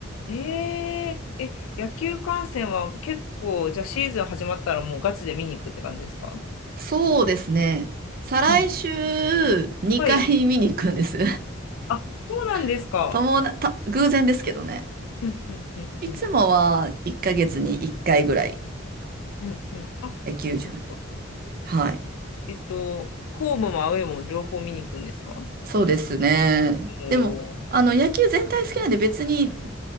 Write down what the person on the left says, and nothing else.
えええ、野球観戦は結構、じゃあシーズン始まったらもうガチで見に行くって感じですか
うん。はい。あ、そうなんですか。
うん、うん、うん、
うん、うん、うん。あ、
そっかそっか。
えっと、ホームもアウェーも両方見に行くんですか
おー